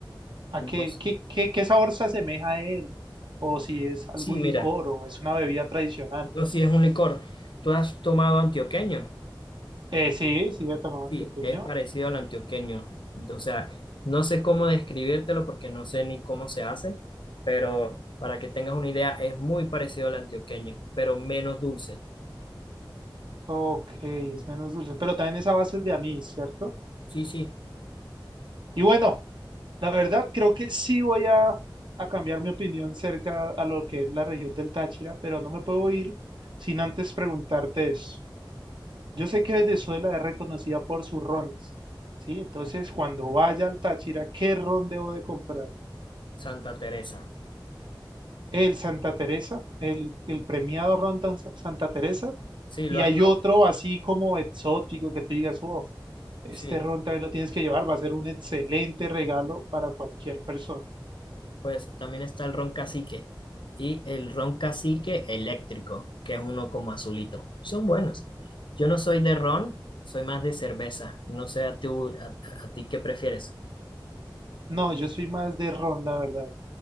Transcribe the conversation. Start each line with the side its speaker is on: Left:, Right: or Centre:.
Right: ¿A
Left: No
Right: qué,
Left: sé-
Right: qué, qué, qué sabor se asemeja a él? O si es algún
Left: Sí, mira,
Right: licor o es una bebida tradicional.
Left: no, sí es un licor. ¿Tú has tomado antioqueño?
Right: Eh, sí, sí, de tamaño
Left: Sí,
Right: pequeño.
Left: es parecido al antioqueño. O sea, no sé cómo describírtelo porque no sé ni cómo se hace, pero para que tengas una idea, es muy parecido al antioqueño, pero menos dulce.
Right: Ok, es menos dulce, pero también es a base de anís, ¿cierto?
Left: Sí, sí,
Right: Y bueno, la verdad creo que sí voy a, a cambiar mi opinión cerca a lo que es la región del Táchira, pero no me puedo ir sin antes preguntarte eso. Yo sé que Venezuela es reconocida por sus rones, ¿sí? Entonces, cuando vaya al Táchira, ¿qué ron debo de comprar?
Left: Santa Teresa.
Right: el Santa Teresa, el, el premiado Ron Tan- Santa Teresa,
Left: Sí,
Right: y
Left: lo has
Right: hay
Left: probado.
Right: otro así como exótico que tú digas, uff, este
Left: Sí,
Right: ron también lo tienes que llevar, va a ser un excelente regalo para cualquier persona.
Left: pues también está el ron cacique y el ron cacique eléctrico, que es uno como azulito. Son buenos. Yo no soy de ron, soy más de cerveza. No sé a tú, a, a ti qué prefieres.
Right: No, yo soy más de ron, la verdad,